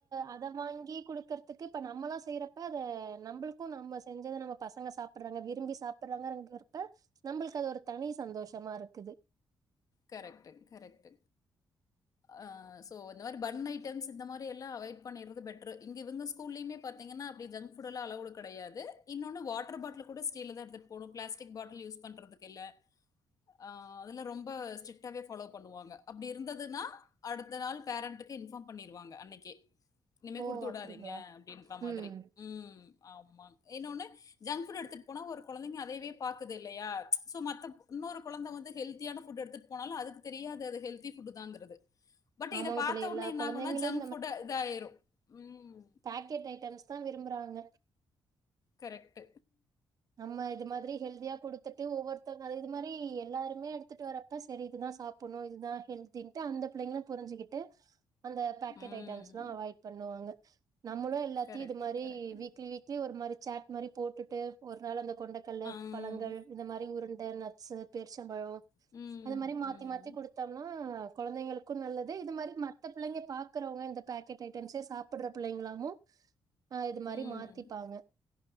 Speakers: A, on the right; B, on the left.
A: அத வாங்கி குடுக்கற்த் க்கு இப்ப நம்மளா செய்றப்ப அத நம்ளுக்கு நம்ம செஞ்சத நம்ம பசங்க சாப் பிட்றாங்க விரும்பி சாப்பிடறாங்ககிறப்ப நம்மளுக்கு அது ஒரு தனி சந்தோஷமா இருக்குது
B: கரெக்ட் கரெக்ட் அ சோ இந்த மாரி பன் ஐட்டம்ஸ் இந்த மாரி எல்லா அவாய்ட் பண்ணிடறது பெட்ரு இங்க இவங்க ஸ்கூல்லயுமே பாத்தீங்கன்னா அப்டி ஜங்க் ஃபுட்ல்லா அளவுடு கிடையாது இன்னொன்னு வாட்டர் பாட்டிலு கூட ஸ்டீல்ல தா எடுத்துட்டு போடும் பிளாஸ்டிக் பாட்டில் யூஸ் பண்றதுக்கு இல்ல அ அதுல்ல ரொம் ப ஸ்டிட்டாவே பாலோ பண்ணுவாங்க அப்டி இருந்ததுன்னா அடுத்த நாள் பேரண்ட்டுக்கு இன்பார்ம் பண்ணிருவாங்க அன்னைகே இனிமேல்
A: ஓ
B: குடுத்து விடாதீங்க
A: அப்டிங்களா
B: அப்டின்ற மாதிரி
A: ம்
B: ம் ஆமா இன்னொன்னு ஜங்க் ஃபுட் எடுத்துட்டு போனா ஒரு கொழந்தைங்க அதையவே பாக்குது இல்லையா சோ மத்தப் இன்னொரு கொழந்த வந்து ஹெல்தியா ஃபுட் எடுத்துட்டு போனாலு அதுக்கு தெரியாது அது ஹல்திஃபுட்டு தாங்கறது பட்
A: ஆமாங்க
B: இத பாத்த
A: தோழி எல்லா
B: உடனே என்னாகுன்னா
A: கொழந்தைங்களு
B: ஜங்க் ஃபுட்டு இதாயிரு ம்
A: பாக்கெட் ஐட்டம்ஸ் தா விரும்புறாங்க
B: கரெக்ட்
A: நம்ம இது மாதிரி ஹெல்தியா குடுத்துட்டு ஒவ்வொரு மத்தவங்க இது மாதிரி எல்லாருமே எடுத்துட்டு வரப்ப சேரி இதுதா சாப்புணு இதுதா ஹெல்தின்ட்டு அந்த புள்ளைங்களு புரிஞ்சிகி ட்டு அந்த பேக்கெட்
B: ம்.
A: ஐட்டம்ஸ் எல்லா அவாய்ட் பண்ணுவாங்க நம்மளு எல்லாத்தையு
B: கரெக்ட்டு,
A: இது மாரி
B: கரெக்ட்டுங்க.
A: வீக்லி வீக் வீட்லயே ஒரு மாரி சேட் மாரி போட்டுட்டு ஒரு நாள் அந்த கொண்டக்கல்ல
B: ஆ.
A: பழங்கள் இந்த மாறி உருண்ட நட்ஸ்சு பேரிச்சம்பழோ
B: ம்,
A: அது மாறி மாத்தி
B: ம்,
A: மாத்தி குடுத் தம்மா கொழந்தைங்களுக்கு நல்லது இது மாறி மத்த பிள்ளைங்க பாக்கறவுங்க இந்த பாக்கெட் ஐட்டம்ஸே சாப் பட்ற பிள்ளைங்களாவு அ இது
B: ம்.
A: மாறி மாத்திப்பாங்க